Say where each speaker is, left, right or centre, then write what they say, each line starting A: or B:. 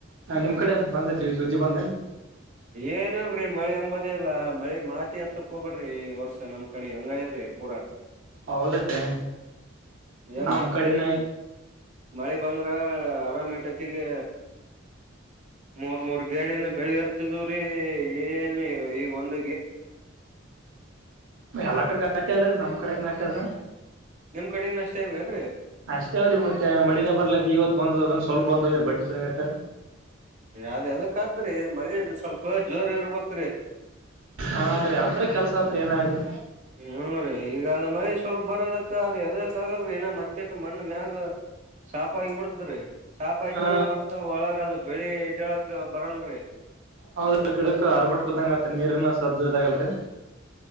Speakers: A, on the right; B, on the right.
A: ಹಾ ನಿಮ್ ಕಡೆ ಬಂದ ಜ ಜಜ್ಜಿ ಬಂದೇನ್
B: ಏನಲ್ರಿ ಮಳೆ ಅಂಬತ್. ಅಲ್ಲಾ ಬಳಿ ಮಾತಿ ಹತ್ತಕ್ಕ ಹ್ಬೇಡ್ರಿ ವರ್ಷ ನಮ್ ಕಡೆ ಹಂಗ ಇದ್ರಿ ಪೂರಾ.
A: ಹೌದ್ರೀ
B: ಎ
A: ನಮ್
B: ಮಾಡತ್ರ
A: ಕಡಿನ
B: ಮಳೆ ಬಂದು ರ ಆರಾಮ್ ಇಟ್ಟೈತಿಗೆ ಮೂರ್ ಮೂರ್ ಗೇಣಿಂದ ಬೆಳಿ ಇರ್ತಿದವ್ರೀ ಏನ್ ಈಗ ಒಂದ
A: ಎಲ್ಲಾ ಕಡೆಟಿ ಅದ್ರೀ ನಮ್ ಕಡೆ ನಟಿ ಅದ
B: ನಿಮ್ ಕಡೆಗಿನ ಅಷ್ಟೇ ಇವೇನ್ರಿ
A: ಅಷ್ಟೇವ್ರೀ ಮತ್ತೆ ಮಳಿನೇ ಬರ್ಲದ ಇವತ್ತು ಬಂದ ಅದನ್ನು ಸ್ವಲ್ಪ ಬಂದು ಇರ್ಬಟ್ಟ ಸಯಟ
B: ಅ್ದ ಅದಕ್ಕಾದ್ರೆ ಮಳೆಯಲ್ಲಿ ಸ್ವಲ್ಪ ಜೋರ್ ಇರ್ಬೇಕು
A: ಹಾ ರೀ ಅಂದ್ರೆ ಕೆಲ್ಸ ಹತ್ರ ಏನಾಯು
B: ಹೂ ರೀ ಈಗ ಅದ ಮಳಿ ಸ್ವಲ್ಪ ಬರೋದಕ್ಕ ಅ ಎದಕ್ ಆಗಲ್ರರಿ ಏನ ಮತ್ತೆಟ್ಟ ಮಣ್ಣ ಮ್ಯಾಗ ಸಾಪ ಆಗಿಬಡ್ತ್ರಿ ಸಾಪ ಆಯ್ತ
A: ಹಾ
B: ಅಂದ್ರ ಮತ್ತ ಒಳಗದು ಬೆಳಿ ಇದ್ದಳಕ ಬರಲ್ರಿ
A: ಹೌದ ಗಿಡಕ ಆರ್ಬಟ್ ಬದಂಗತ್ರ ನೀರನ ಸದ್ದದಗಲ್ರಿ